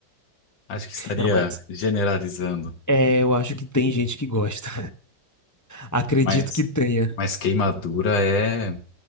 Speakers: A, on the left; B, on the left.
A: acho que estaria
B: é, mas
A: generalizando.
B: é, eu acho que tem gente que gosta. Acredito
A: Mas,
B: que tenha.
A: mas queimadura é,